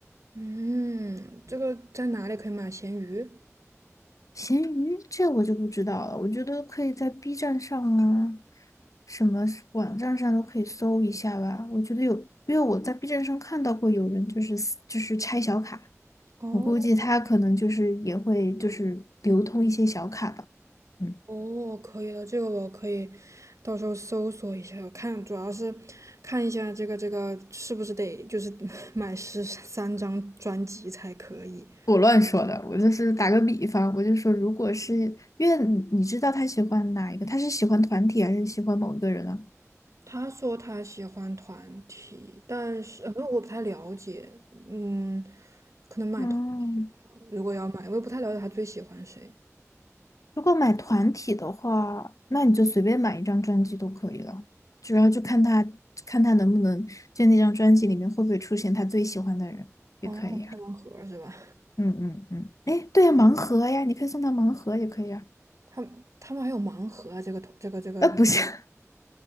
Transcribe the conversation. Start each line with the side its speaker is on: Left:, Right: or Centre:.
Right: 嗯，这个在哪里可以买？闲鱼？
Left: 闲鱼这我就不知道了，我觉得可以在 B 站上啊，什么是网站上都可以搜一下吧。我觉得有，因为我在 B 站上看到过有人就是撕就是拆小卡，
Right: 哦
Left: 我估计他可能就是也会就是流通一些小卡吧。嗯，
Right: 哦，可以的，这个我可以到时候搜索一下，我看主要是看一下这个这个是不是得就是 <laughs> 买十三张专辑才可以。
Left: 我乱说的，我就是打个比方，我就说，如果是因为你你知道他喜欢哪一个，他是喜欢团体还是喜欢某一个人啊？
Right: 他说他喜欢团体，但是呃，我不太了解，嗯，可能买团体吧。
Left: 嗯。
Right: 如果要买，我也不太了解他最喜欢谁。
Left: 如果买团体的话，那你就随便买一张专辑都可以了，主要就看他看他能不能就那张专辑里面会不会出现他最喜欢的人，也可以啊。
Right: 哦，开盲盒是吧？
Left: 嗯嗯嗯，哎，对呀，盲盒呀，你可以送他盲盒也可以啊。
Right: 他他们还有盲盒啊，这个这个这个。
Left: 呃，不是 <laughs>